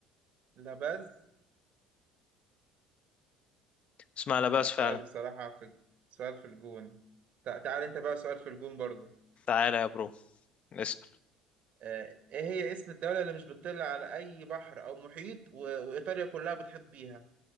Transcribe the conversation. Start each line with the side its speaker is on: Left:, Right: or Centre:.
Right: لا بز
Left: اسمها لاباز
Right: لا سؤال
Left: فعلا
Right: بصراحة في سؤال في الجون تع- تعال انت بقى سؤال في الجون برضو
Left: تعالى يا برو اسأل
Right: آه، ايه هي اسم الدولة اللي مش بتطل على اي بحر او محيط و... وايطاليا كلها بتحيط بيها